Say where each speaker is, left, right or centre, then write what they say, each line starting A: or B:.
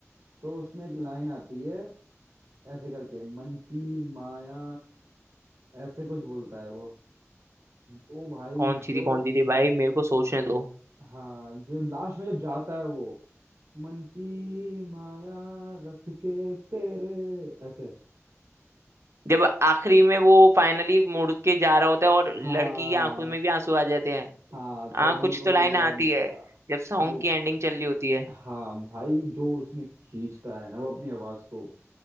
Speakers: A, on the right; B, on the right.
A: तो उसमें एक लाइन आती है ऐसे करके मन की माया ऐसे कुछ बोलता है वो वो भाई
B: कौन सी
A: जो
B: थी कौन सी थी भाई मेरे को सोचने दो
A: हाँ जो लास्ट में जब जाता है वो मन की माया रख के तेरे ऐसे
B: जब आखिरी में वो फाइनली मुड़ के जा रहा होता है और
A: हाँ
B: लड़की की आंखों में भी आंसू आ जाते हैं
A: हाँ
B: हाँ
A: तभी
B: कुछ
A: वो
B: तो लाइन
A: एक लाइन
B: आती
A: का
B: है
A: था
B: जब सॉन्ग
A: वो
B: की एंडिंग चल रही होती है
A: हाँ भाई जो उसमें खींचता है ना वो अपनी आवाज को